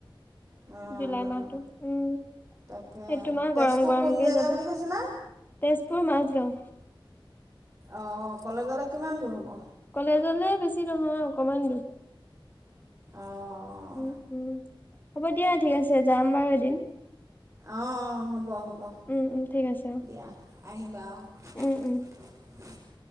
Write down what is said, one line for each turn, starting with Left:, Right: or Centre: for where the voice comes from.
Right: অঁ
Left: জুলাই মাহটো, উম
Right: তাকে
Left: সেইটো মাহ
Right: তেজপুৰ
Left: গৰম গৰমকে
Right: কোন জেগা
Left: যাব।
Right: বুলি কৈছিলা
Left: তেজপুৰ মাজগাঁও।
Right: অ কলেজলে কিমান দূৰ হ'ব?
Left: কলেজলে বেছি নহয় অকমান দূৰ।
Right: অঁ
Left: উ উম হ'ব দিয়া ঠিক আছে যাম বাৰু এদিন।
Right: অ হ'ব হ'ব
Left: উম উম ঠিক আছে অ
Right: দিয়া আহিবা অ <unintelligible>
Left: উম উম
Right: <inaudible>